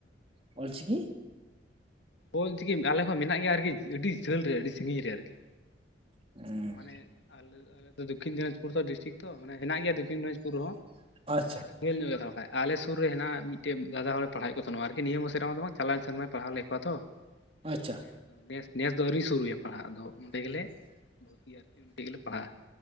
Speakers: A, on the right; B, on the left.
A: ᱚᱞ ᱪᱤᱠᱤ,
B: ᱚᱞ ᱪᱤᱠᱤ ᱟᱞᱮ ᱦᱚᱸ ᱢᱮᱱᱟᱜ ᱜᱮᱭᱟ, ᱟᱹᱰᱤ ᱡᱷᱟᱹᱞ ᱨᱮ ᱟᱹᱰᱤ ᱥᱟᱺᱜᱤᱧ ᱨᱮ ᱟᱨ ᱠᱤ
A: ᱦᱩᱸ
B: ᱢᱟᱱᱮ ᱟᱞᱡᱟ ᱟᱞᱮ ᱫᱚ ᱫᱚᱠᱷᱤᱱ ᱫᱤᱱᱟᱡᱽᱯᱩᱨ ᱰᱤᱥᱴᱨᱤᱠ ᱛᱚ ᱢᱮᱱᱟᱜ ᱜᱮᱭᱟ ᱫᱚᱠᱷᱤᱱ ᱫᱤᱱᱟᱡᱽᱯᱩᱨ ᱨᱮᱦᱚᱸ᱾ᱢᱟᱱᱮ
A: ᱟᱪᱪᱷᱟ
B: ᱟᱞᱮ ᱧᱤᱭᱟᱹᱮᱞ <unintelligible> ᱧᱚᱜ <unintelligible> ᱜᱮᱛᱦᱠᱚ <unintelligible> ᱠᱷᱟ <unintelligible> ᱟᱞᱮ ᱥᱩᱨ ᱨᱮ ᱢᱮᱱᱟᱜ ᱢᱤᱫᱴᱮᱱ ᱫᱟᱫᱟ ᱦᱚᱲᱮ ᱯᱟᱲᱦᱟᱣ ᱮᱫ ᱛᱮᱦᱮᱱᱟ ᱟᱨ ᱱᱤᱭᱟᱹ ᱢᱮ <unintelligible> ᱨᱮᱢᱟ <unintelligible> ᱫᱚ ᱵᱟᱝ ᱪᱟᱞᱟᱣᱮᱱ ᱥᱮᱨᱢᱟ ᱯᱟᱲᱦᱟᱣ ᱞᱮᱫ ᱠᱚᱣᱟ ᱛᱚ,
A: ᱟᱪᱪᱷᱟ
B: ᱢᱟᱱᱮ ᱱᱮᱥ ᱫᱚ ᱟᱹᱣᱨᱤ ᱥᱩᱨᱩᱭᱟ ᱯᱟᱲᱦᱟᱣ, ᱟᱫᱚ ᱚᱸᱰᱮ ᱜᱮᱞᱮ ᱵᱷᱚᱨᱛᱤᱜᱼᱟ, ᱚᱸᱰᱮ ᱜᱮᱞᱮ ᱯᱟᱲᱦᱟᱜᱼᱟ᱾